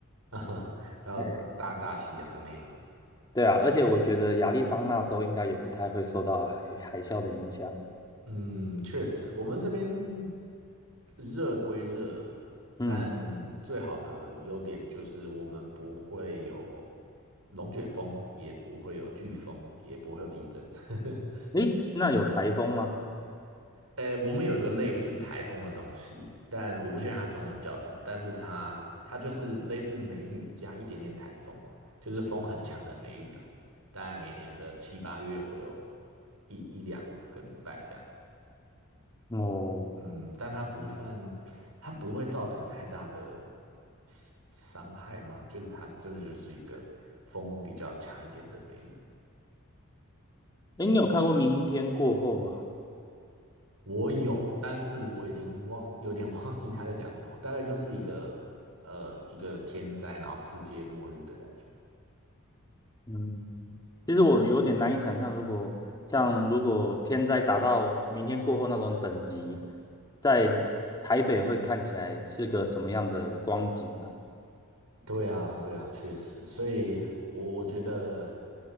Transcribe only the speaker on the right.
<laughs> 还有大大西洋的那一个。
嗯，确实，我们这边热归热，
但最好的优点就是我们不会有龙卷风，也不会有飓风，也不会有地震。<laughs>
呃，我们有一个类似台风的东西，但我不确定它中文叫什么，但是它它就是类似梅雨加一点点台风，就是风很强的梅雨啦。大概每年的七八月会有一一两个礼拜这样。
嗯，但它不算，它不会造成太大的伤伤害吗？就是它真的就是一个风比较强一点的梅雨
我有，但是我已经忘，有点 <laughs> 忘记他在讲什么，大概就是一个呃一个天灾，然后世界末日的感觉。
对啊，对啊，确实，所以我我觉得，